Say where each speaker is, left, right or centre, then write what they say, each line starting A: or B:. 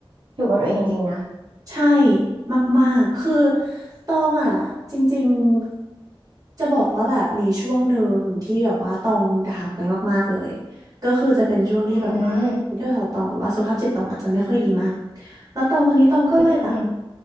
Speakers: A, on the right (about 60°); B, on the right (about 40°).
A: อยู่กับตัวเองจริงๆนะ
B: ใช่มากๆ คือตองอ่ะจริงๆจะบอกว่าแบบมีช่วงหนึ่งที่แบบว่าตองดาวไปมากๆเลยก็คือจะเป็นช่วงที่แบบว่า
A: อืม
B: mental health ตองหรือว่าสุขภาพจิตตองอาจจะไม่ค่อยดีมากแล้วตองตอนนี้ตองก็เลยแบบ
A: อืม